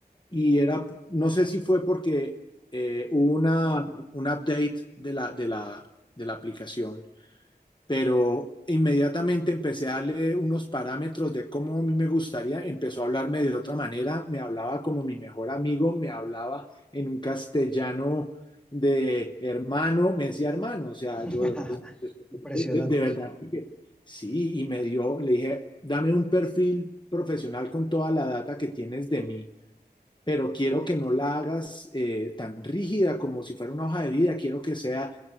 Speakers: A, on the left (about 25°); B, in the centre.
A: y era, no sé si fue porque eh, hubo una, un update de la, de la, de la aplicación pero inmediatamente empecé a darle unos parámetros de cómo a mí me gustaría, empezó a hablarme de otra manera, me hablaba como mi mejor amigo, me hablaba en un castellano de hermano, me decía hermano, o sea,
B: <laughs>
A: yo pues,
B: Impresionante,
A: de, de verdad,
B: sí.
A: sí, y me dio, le dije, dame un perfil profesional con toda la data que tienes de mí, pero quiero que no la hagas eh, tan rígida como si fuera una hoja de vida, quiero que sea